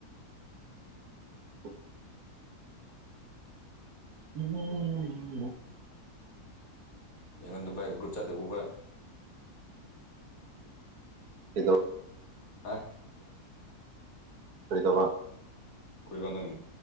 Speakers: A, on the right; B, on the left.
A: <unintelligible> ꯎꯝ
B: ꯌꯦꯉ ꯇ ꯆꯗ ꯎꯕ
A: ꯀꯩꯗꯧ
B: ꯑ
A: ꯑꯣꯏꯔꯤꯗꯧꯕ
B: ꯀꯈꯣꯏꯕ ꯅꯪ